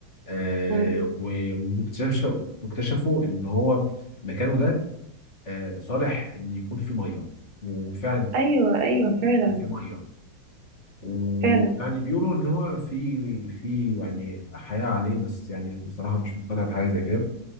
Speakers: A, on the left (about 35°); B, on the right (about 80°).
A: آه،
B: مم. مم.
A: و- واكتشف واكتشفوا إن هو مكانه ده آه، صالح إن يكون فيه مية وفعلا
B: ايوه ايوه فعلا
A: فيه مية ويعني
B: فعلا
A: بيقولوا إن هو في في يعني حياة عليه بس يعني بصراحة مش مقتنع بحاجة زي كده